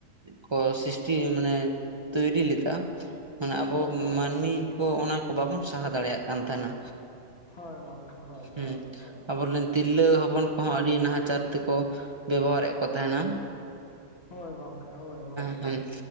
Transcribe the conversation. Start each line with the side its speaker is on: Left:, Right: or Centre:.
Right: ᱠᱚ ᱥᱨᱤᱥᱴᱤ ᱢᱟᱱᱮ ᱛᱚᱭᱨᱤ ᱞᱮᱫᱟ᱾ ᱢᱟᱱᱮ ᱟᱵᱚ
Left: ᱦᱳᱭ ᱜᱚᱝᱠᱮ
Right: ᱢᱟᱹᱱᱢᱤ
Left: ᱦᱳᱭ
Right: ᱠᱚ ᱚᱱᱟ ᱠᱚ ᱵᱟᱵᱚᱱ ᱥᱟᱦᱟ ᱫᱟᱲᱮᱭᱟᱜ ᱠᱟᱱ ᱛᱟᱸᱦᱮᱱᱟ᱾
Left: ᱦᱳᱭ ᱜᱚᱝᱠᱮ ᱦᱳᱭ ᱦᱳᱭ
Right: ᱦᱩᱸ
Left: ᱦᱳᱭ
Right: ᱟᱵᱚᱞᱮᱱ ᱛᱤᱨᱞᱟᱹ ᱦᱚᱯᱚᱱ ᱠᱚᱦᱚᱸ ᱟᱹᱰᱤ ᱱᱟᱦᱟᱪᱟᱨ ᱛᱮᱠᱚ ᱵᱮᱵᱚᱦᱟᱨᱮᱫ ᱠᱚ ᱛᱟᱦᱮᱱᱟ᱾
Left: ᱦᱳᱭ ᱜᱚᱝᱠᱮ ᱦᱳᱭ ᱦᱳᱭ᱾
Right: ᱦᱩᱸ᱾